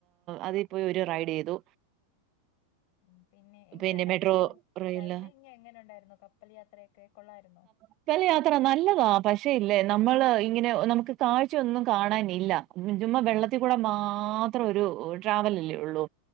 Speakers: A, on the right (about 35°); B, on the left (about 45°).
A: അതിൽ പോയി ഒരു റൈഡ് ചെയ്തു
B: ഉം പിന്നെ എങ്ങനെ
A: പിന്നെ
B: ഉണ്ടായിരുന്നു
A: മെട്രോ റെയില്
B: റൈഡിങ് എങ്ങനെ ഉണ്ടായിരുന്നു കപ്പൽ യാത്രയൊക്കെ കൊള്ളായിരുന്നോ
A: കപ്പൽ യാത്ര നല്ലതാ പക്ഷേ ഇല്ലേ നമ്മള് ഇങ്ങനെ നമുക്ക് കാഴ്ച ഒന്നും കാണാനില്ല ചുമ്മാ വെള്ളത്തിൽക്കൂടെ മാ അത്ര ഒരു ട്രാവൽ അല്ലേ ഉള്ളൂ